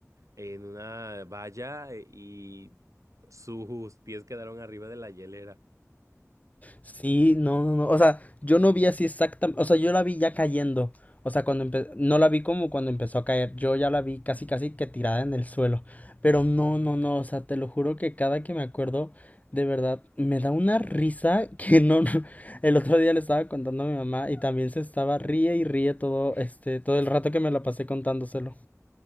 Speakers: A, on the right (about 70°); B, on the left (about 30°).
A: en una valla eh, y sus pies quedaron arriba de la hielera.
B: Sí, no, no, no. O sea, yo no vi así exactamente. O sea, yo la vi ya cayendo. O sea, cuando empe- no la vi como cuando empezó a caer. Yo ya la vi casi, casi que tirada en el suelo. Pero no, no, no. O sea, te lo juro que cada que me acuerdo, de verdad, me da una risa <laughs> que no. no- El otro día le estaba contando a mi mamá y también se estaba ríe y ríe todo, este, todo el rato que me la pasé contándoselo.